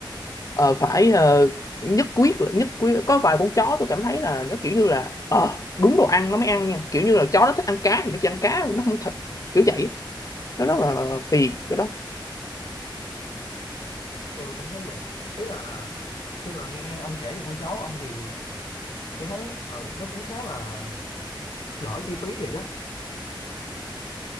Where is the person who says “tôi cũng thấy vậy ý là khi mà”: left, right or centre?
Left